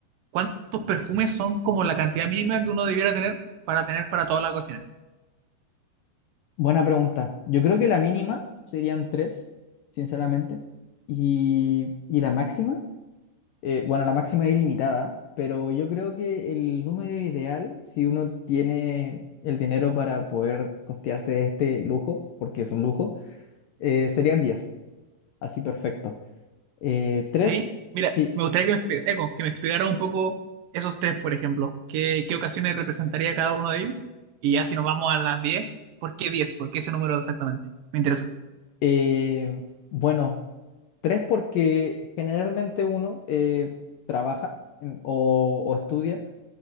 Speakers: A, on the right; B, on the left.
A: cuántos perfumes son como la cantidad mínima que uno debiera tener para tener para toda la cocina?
B: Buena pregunta. Yo creo que la mínima serían tres, sinceramente. Y, y la máxima, eh, bueno, la máxima es ilimitada, pero yo creo que el número ideal, si uno tiene el dinero para poder costearse este lujo, porque es un lujo, eh, serían 10, así perfecto. Eh, tres,
A: Sí, mira,
B: sí,
A: me gustaría que me, expli- Eco, que me explicara un poco esos tres, por ejemplo. ¿Qué, qué ocasiones representaría cada uno de ellos? Y ya si nos vamos a las 10, ¿por qué 10? ¿Por qué ese número exactamente? Me interesa.
B: Eh, bueno, tres porque generalmente uno eh, trabaja en- o, o estudia